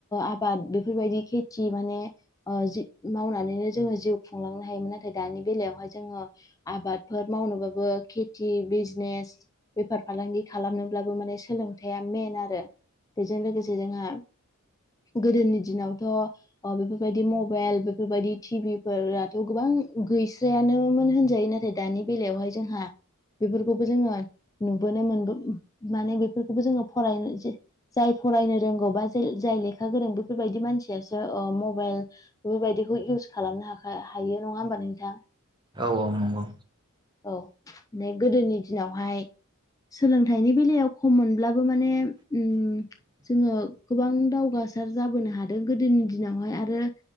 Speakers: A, on the left; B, on the right.
A: आबाद बेफोरबायदि खेथि माने जि मावनानैनो जोङो जिउ खुंलांनो हायोन नाथाय दानि बेलायावहाय जोङो आबादफोर मावनोबाबो खेथि बिजनेस बेफार फालांगि खालामनोब्लाबो माने सोलोंथाइा मेइन आरो बेजों लोगोसे जोंहा गोदोनि दिनावथ' बेफोरबायदि मबाइल बेफोरबायदि टिभि फोराथ' गोबां गैस्रायानोमोन होनजायो। नाथाय दानि बेलायावहाय जोंहा बेफोरखौबो जोङो नुबोनो मोनबो माने बेफोरखौबो जोङो फरायनो जाय फरायनो रोंगौ बा जाय लेखा गोरों बेफोरबायदि मानसियासो ओ मबाइल बेफोरबायदिखौ इउस खालामनो हाखा हायो नङा होमबा नोंथां?
B: औ औ नंगौ
A: औ गोदोनि दिनावहाय सोलोंथाइनि बेलायाव खम मोनब्लाबो माने ओम जोङो गोबां दाव गासार जाबोनो हादों गोदोनि दिनावहाय आरो